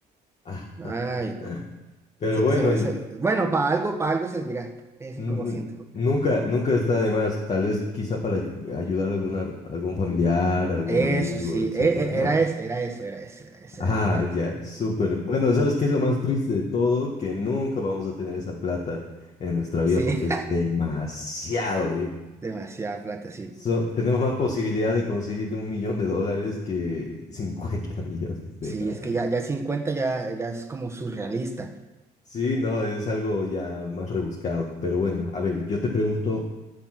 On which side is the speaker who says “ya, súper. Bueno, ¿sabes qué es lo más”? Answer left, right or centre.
Left